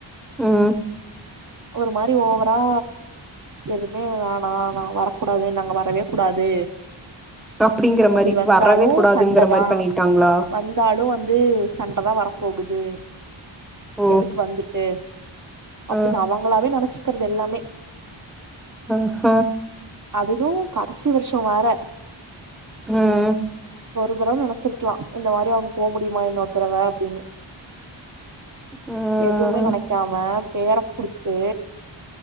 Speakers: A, in the centre; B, on the right.
A: ம்
B: ஒரு மாரி ஓவரா எதுமே வேணா நா வரக்கூடாது நாங்க வரவே கூடாது
A: அப்டிங்கிற
B: அப்பிடி
A: மாரி
B: வந்தாலு
A: வரவே கூடாதுங்கிற
B: சண்டதா
A: மாரி பண்ணிட்டாங்களா
B: வந்தாலு வந்து சண்டதா வர போகுது
A: ஓ
B: எதுக்கு வந்துட்டு அப்டின்
A: ஆ
B: அவங்களாவே நெனச்சு க்கறதெல்லாமே
A: அ ஹ
B: அதுது கடைசி வருஷ வேற
A: ம்
B: ஒரு தடவ நெனச்சிருக்கலா இந்த மாரி அவுங்க போ முடியுமா இன்னொரு தடவ அப்டின்னு
A: ம்
B: எதுவுமே நெனைக்காம பேர குடுத்து